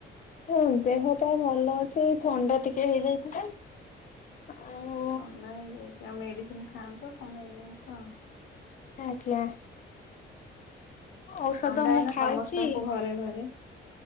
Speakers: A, on the left; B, on the left.
A: ହଁ ଦେହ ପା ଭଲ ଅଛି ଏଇ ଥଣ୍ଡା ଟିକେ ହେଇଯାଇଥିଲା। ଆଉ
B: ଖାଉନା ହେଇଯାଇଛି। ଯ ମେଡିସିନ ଖାଆନ୍ତୁ କମେଇ ଦିଅନ୍ତୁ ଆଉ।
A: ଆଜ୍ଞା। ଔଷଧ
B: ଥଣ୍ଡା
A: ମୁଁ
B: ଏଇନା
A: ଖାଉଛି
B: ସମସ୍ତଙ୍କୁ ଘରେ ଘରେ।